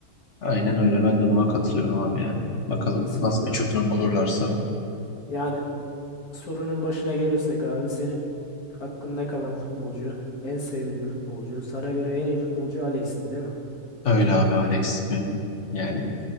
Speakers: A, on the left; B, on the left.
A: Aynen öyle. Ben de buna katılıyorum abi yani. Bakalım
B: Kesinlikle
A: nasıl bir çözüm
B: abi.
A: bulurlarsa.
B: Yani sorunun başına gelirsek abi senin Hakkında kalan futbolcu, en sevdiğin futbolcu, sana göre en iyi futbolcu Alex'ti değil mi?
A: Öyle abi Alex benim yani